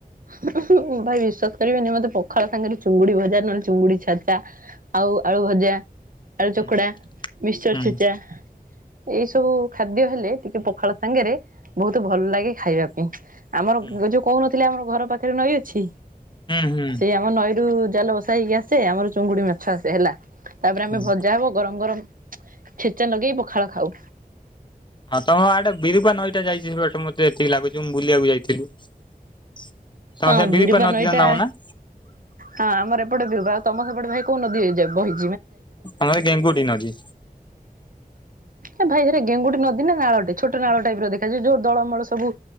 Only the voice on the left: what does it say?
ହୁଁ
ହୁଁ
ହୁଁ
ହୁଁ ହୁଁ।
ହୁଁ।
ହଁ ତମ ଆଡେ ବିରୁପା ନଈଟା ଯାଇଛି ସେପଟେ ମୋତେ ଏତିକି ଏତିକି ଲାଗୁଛି ମୁଁ ବୁଲିବାକୁ ଯାଇଥିଲି। ତମର
ସେ ବିରୁପା ନଦୀର
ନାହୁନା।
ଆମର ଗେଙ୍ଗୁଟୀ ନଦୀ।